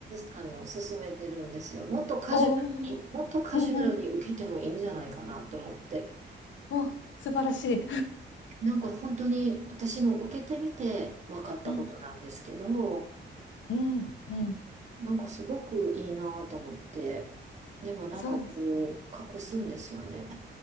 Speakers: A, on the right; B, on the left.
A: あの、勧めてるんですよ。もっとカジュアルに、
B: おおうんうん
A: もっとカジュアルに受けてもいいんじゃないかなと思って。
B: お素晴らしい
A: なんか本当に私も受けてみて分かったことなんですけど、
B: <laughs> うんうんうん
A: うんなんかすごくいいなと思って、でもなんかこう隠すんですよね、
B: そうですね